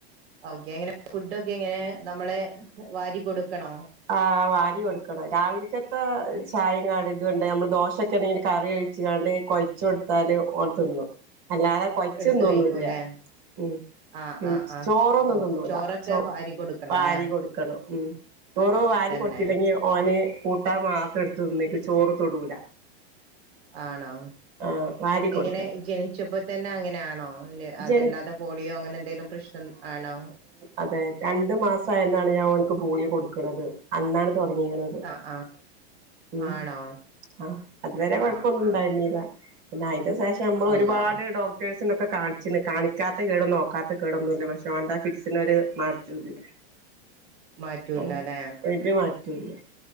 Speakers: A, on the right; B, on the right.
A: ഓക്കെ എങ്ങനെ ഫുഡ ഒക്കെ എങ്ങനെ നമ്മള് വാരി കൊടുക്കണോ
B: ആ വാരി കൊടുക്കണം രാവിലത്തെ ചായ കാടി ഇതുണ്ട് നമ്മള് ദോശയൊക്കെ ആണെങ്കിൽ കറിയൊഴിച്ച് ഒയ്ച്ച്കാണ്ട് കുഴച്ച് കൊടുത്താൽ ഓൻ തിന്നു അല്ലാതെ കെയച്ചൊന്നും
A: എടുത്ത് കഴിക്കുംല്ലേ
B: തിന്നെന്നുല്ല ഉം
A: ആഹ്
B: പിന്നെ
A: ആഹ് ആഹ്
B: ചോറൊന്നും
A: ഓ ചോറൊക്കെ
B: ചേ
A: വാരി കൊടുക്കണം
B: വാരി
A: അല്ലെ
B: കൊടുക്കണം ഉം ചോറ് വാരി
A: തന്നെ
B: കൊടുത്തില്ലെങ്കിൽ ഏ ഓന് കൂട്ടാ മാത്രം ട്ത്ത്ന്ന്ക്ക് ചോറ് തൊടൂല
A: ആണോ
B: ആഹ് വാരി
A: എങ്ങനെ
B: കൊടുക്കണം
A: ജനിച്ചപ്പോ തന്നെ അങ്ങനെ ആണോ ല്ല്യ അതല്ലാതെ
B: ജനി
A: പോളിയോ അങ്ങനെന്തേലും പ്രശ്നം ആണോ
B: അതായത് രണ്ട് മാസായന്നാണ് ഞാൻ ഓൻക്ക് പോളിയൊ കൊട്ക്ക്ണത് അന്നാണ് തൊട്ങ്ങീക്ക്ണത്
A: ആഹ് ആഹ്
B: ഉം
A: ആണോ
B: ആ അന്നേരം കൊഴ്പ്പൊന്നും
A: ആഹ് ആഹ്
B: ണ്ടായ്ന്നീല പിന്നെ അയ്ന്റെ ശേഷം നമ്മൾ
A: അള്ളാ
B: ഒരുപാട് ഡോക്ടേഴ്സിനൊക്കെ കാൺ ച്ച്ന്ന് കാണിക്കാത്ത കേടും നോക്കാത്ത കേടൊന്നും ല്ല പക്ഷേ ഓന്റെ ഫിറ്റ്സിനൊരു മാറ്റും ല്ല
A: മാറ്റൂല്ല
B: ആ
A: അല്ലെ
B: ഒരു മാറ്റൂല്ല